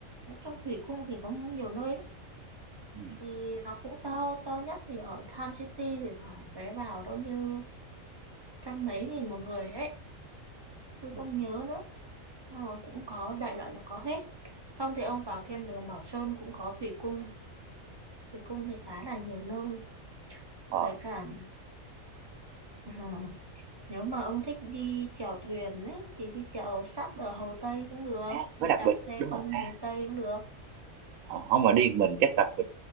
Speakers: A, on the right (about 25°); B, on the right (about 85°).
A: Nói chung Thủy Cung thì có nhiều nơi lắm.
B: ừ,
A: Thì nó cũng to, to nhất thì ở Tham City thì phải vé vào đâu như trăm mấy nghìn một người ấy. Tôi
B: ừ.
A: không nhớ nữa. Ờ, cũng có đại loại là có hết không thì ông vào thiên đường Bảo Sơn cũng có thủy cung thủy cung thì khá là nhiều nơi với
B: ờ
A: cả ờ, nếu mà ông thích đi chèo thuyền ấy thì đi chèo sắp ở Hồ Tây cũng được
B: à, có
A: đi
B: đặc
A: đạp
B: biệt
A: xe
B: đúng
A: quanh
B: rồi à,
A: Hồ Tây cũng được
B: ờ, không mà đi một mình chắc đặc biệt